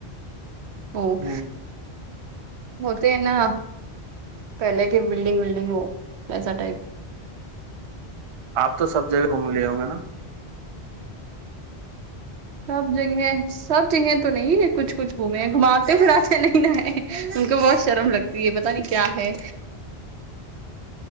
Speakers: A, on the right; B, on the right.
A: ہوں
B: ہ
A: ہوتے ہیں نا پہلے کے بلڈنگ ولڈنگ وہ ایسا ٹائپ
B: آپ تو سب جگہ گھوم لیے ہوں گے ناں
A: سب جگہ میں سب جگہ تو نہیں کچھ کچھ گھومے گھماتے پھراتے نہیں نا ہے ان کو بہت شرم لگتا یہ پتا نہیں کیا ہے